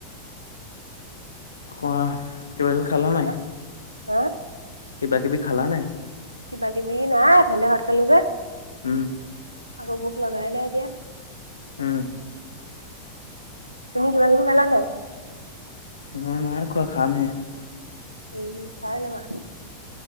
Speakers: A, on the left; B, on the right.
A: কোৱা, কিবা কিবি খালা
B: হা
A: নাই?
B: হা?
A: কিবা কিবি খালা নাই?
B: কিবা কিবি নাই অথনিতে ভাত খালো যে।
A: উম'।
B: আকৌ ভুক লগাই নাই এতিয়া।
A: উম'।
B: তুমি কিবা কিবি খালা নাই?
A: মই নাই খোৱা খামহে।
B: উম', খাই লোৱা।